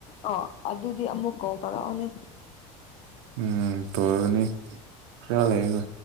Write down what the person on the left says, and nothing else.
ꯑꯣ ꯑꯗꯨꯗꯤ ꯑꯃꯨꯛ ꯀꯥꯎ ꯇꯔꯛꯑꯣꯅꯦ